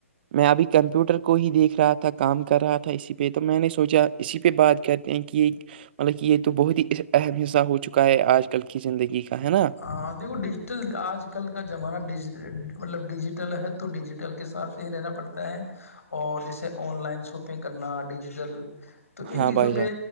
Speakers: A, on the right; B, on the left.
A: میں ابھی کمپیوٹر کو ہی دیکھ رہا تھا کام کر رہا تھا اسی پہ تو میں نے سوچا اسی پہ بات کر کی کہ یہ مطلب کہ یہ تو بہت ہی اہم حصہ ہو چکا ہے آج کل کی زندگی کا ہے نا
B: ہاں دیکھو ڈیجیٹل آج کل کا زمانہ ڈ مطلب ڈیجیٹل ہے تو ڈیجیٹل کے حساب سے ہی رہنا پڑتا ہے اور جیسے آن لائن شاپنگ کرنا ڈیجیٹل تو ان
A: ہاں
B: چیزوں
A: بھائی جان
B: پہ